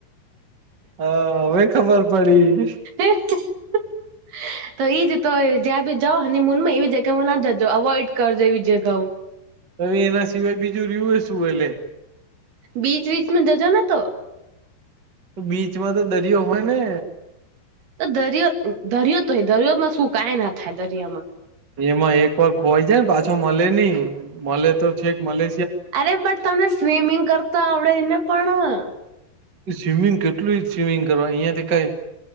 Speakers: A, on the right (about 30°); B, on the right (about 65°).
A: હ હવે ખબર પડી.
B: એ તો એઈ જ તો જ્યાં ભી જાઓ હનીમૂન માં એવી જગ્યામાં ના જજો અવોઈડ કરજો એવી જગાઓ.
A: હવે એના સિવાય બીજું રીયુ શું હે લે.
B: બીચ વીચમાં જજો ને તો.
A: બીચમાં તો દરિયો હોય ને.
B: તો દરિયો દરિયો તો દરિયોમાં શું કંઈ ના થાય દરિયામાં
A: એમાં એક વાર ખોવાય જાય ને પાછો મલે નઈ મલે તો છેક મલે.
B: અરે પણ તમને સ્વિમિંગ કરતા આવડેને પણ
A: સ્વિમિંગ કેટલું સ્વિમિંગ કરવા ની અહિયાંથી કઈ.